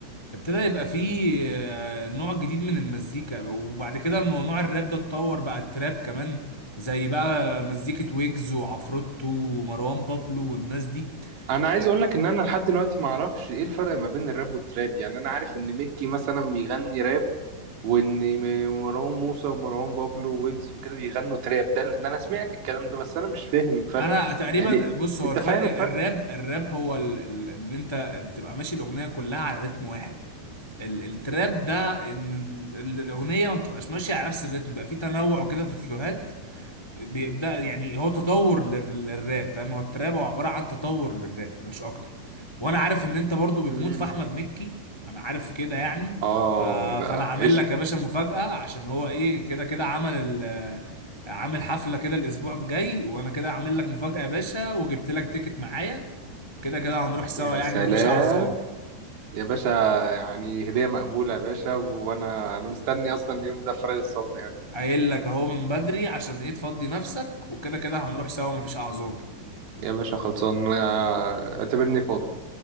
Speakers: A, on the left; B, on the right.
A: ابتدى يبقى فيه آه، نوع جديد من المزيكا وبعد كده الموضوع الراب ده اتطور بقى التراب كمان زي بقى مزيكة ويجز وعفروتو ومروان بابلو والناس دي
B: انا عايز
A: آه،
B: اقول لك ان انا لحد دلوقتي ما اعرفش ايه الفرق ما بين الراب والتراب يعني انا عارف ان ميكي مثلا بيغني راب وان م- مروان موسى ومروان بابلو ويجز وكده بيغنوا تراب ده ده انا سمعت الكلام ده بس انا مش فاهم الفرق
A: انا تقريبا
B: يعني
A: بص هو
B: انت
A: الفرق
B: فاهم الفرق
A: الراب الراب هو ال- ال- ان انت بتبقى ماشي الاغنية كلها على رتم واحد ال- التراب ده ان ال- الاغنية ما بتبقاش ماشية على نفس الرتم بقى فيه تنوع كده في الفلوهات بي- ده يعني هو تطور لل- للراب فاهم هو التراب هو عبارة عن تطور للراب مش اكتر وانا عارف ان انت برضو بتموت
B: امم
A: في احمد مكي انا عارف كده يعني
B: اه
A: ف...
B: ده
A: فانا عامل
B: عشق
A: لك يا باشا مفاجأة عشان هو ايه كده كده عمل ال... عامل حفلة كده الاسبوع الجاي وانا كده عامل لك مفاجأة يا باشا وجبت لك تيكت معايا كده كده هنروح سوا
B: يا
A: يعني
B: سلام
A: مفيش اعذار
B: يا باشا يعني هدية مقبولة يا باشا وانا انا مستني اصلا اليوم ده فراغ الصبر يعني
A: قايل لك اهو من بدري عشان ايه تفضي نفسك وكده كده هنروح سوا مفيش اعذار
B: يا باشا خلصان آه، اعتبرني فاضي